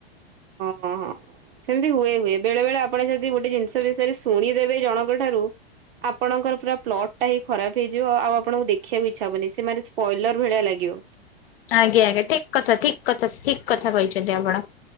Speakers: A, on the right; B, on the left.
A: ହଁ ହଁ ହଁ। ସେମିତି ହୁଏ ହୁଏ ବେଳେ ବେଳେ ଆପଣ ଯଦି ଗୋଟେ ଜିନିଷ ବିଷୟରେ ଶୁଣିଦେବେ ଜଣଙ୍କ ଠାରୁ ଆପଣଙ୍କର ପୁରା ପ୍ଲଟ୍ ଟା ହିଁ ଖରାପ ହେଇଯିବ ଆଉ ଆପଣଙ୍କୁ ଦେଖିବାକୁ ଇଚ୍ଛା ହବନି ସେମାନେ ବ୍ରଏଲର ଭଳିଆ ଲାଗିବ।
B: ଆଜ୍ଞା ଆଜ୍ଞା ଠିକ୍ କଥା ଠିକ୍ କଥା ଠିକ୍ କଥା କହିଛନ୍ତି ଆପଣ।